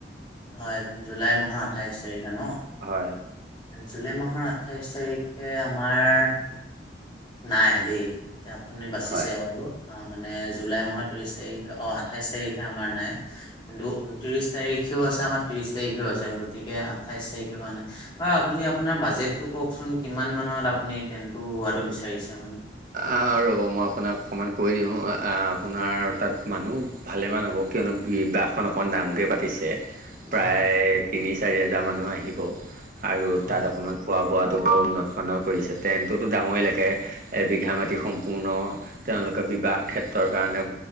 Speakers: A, on the left (about 25°); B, on the right (about 50°).
A: হয়, জুলাই মাহৰ আঠাইশ তাৰিখে ন'?
B: হয়।
A: জুলাই মাহৰ আঠাইছ তাৰিখে আমাৰ নাই দেই, এতিয়া আপুনি বাচিছে
B: হয়
A: আৰু। অ', মানে জুলাই মাহৰ ত্ৰিশ তাৰিখে, অ', আঠাইশ তাৰিখে আমাৰ নাই। কিন্তু ঊনত্ৰিশ তাৰিখেও আছে, আমাৰ ত্ৰিশ তাৰিখেও আছে, গতিকে আঠাইছ তাৰিখৰ পৰা নাই। বাৰু আপুনি আপোনাৰ বাজেটটো কওকচোন, কিমান মানত আপুনি টেন্টটো হোৱাটো বিচাৰিছে মানে?
B: অ', ৰ'ব মই আপোনাক অকণমান কৈ দিওঁ, আপোনাৰ তাত মানুহ ভালেমান হ'ব, কিয়নো বিবাহখন অকণমান ডাঙৰকে পাতিছে। প্ৰায়
A: হয়
B: তিনি চাৰি হাজাৰ মানুহ আহিব, আৰু
A: হয়
B: তাত অকণমান খোৱা বোৱাটো বৰ উন্নতমানৰ কৰিছে, টেন্টটোতো ডাঙৰেই লাগে, এবিঘা মাটি সম্পূৰ্ণ তেওঁলোকে বিবাহ ক্ষেত্ৰৰ কাৰণে,